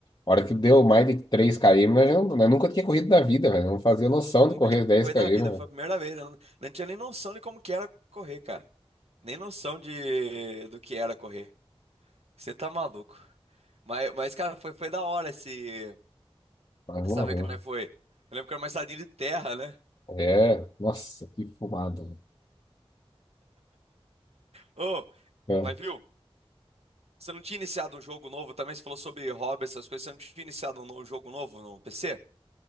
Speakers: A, on the left (about 45°); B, on the right (about 85°).
A: A hora que deu mais de três km nós, já não- nós nunca tinha corrido na vida, velho. Não fazia noção
B: Nunca
A: de correr
B: tinha
A: dez
B: corrido
A: km
B: na vida,
A: velho.
B: foi a primeira vez, né? Não, não tinha nem noção de como que era correr, cara. Nem noção de do que era correr. Você tá maluco. Mas, mas cara, foi, foi da hora esse...
A: Quase
B: essa
A: morremos.
B: vez que nós foi. Eu lembro que era uma estradinha de terra, né?
A: É, nossa, que fumado.
B: Ô,
A: É.
B: mas viu? Você não tinha iniciado um jogo novo também? Você falou sobre hobby, essas coisas. Você não tinha iniciado um no- um jogo novo no PC?